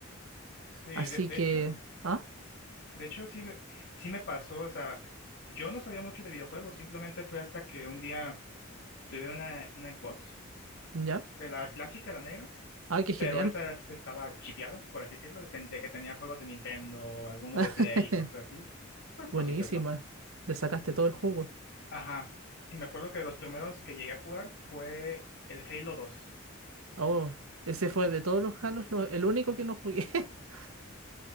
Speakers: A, on the left (about 65°); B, on the right (about 85°).
A: Sí,
B: Así
A: de, de
B: que,
A: hecho,
B: ¿ah?
A: de hecho sí, me- sí me pasó, o sea, yo no sabía mucho de videojuegos, simplemente fue hasta que un día tuve una, una Xbox
B: ¿Ya?
A: de la clásica, la negra,
B: Ay, qué genial.
A: pero esa es- estaba chipeada, por así decirlo, de, ten- de que tenía juegos de Nintendo, alguno
B: <laughs>
A: de Play y cosas así. Pues
B: Buenísima.
A: cositas, ¿no?
B: Le sacaste todo el jugo.
A: Ajá. Y me acuerdo que de los primeros que llegué a jugar fue el Halo 2.
B: Oh, ese fue de todos los Halos lo- el único que no jugué. <laughs>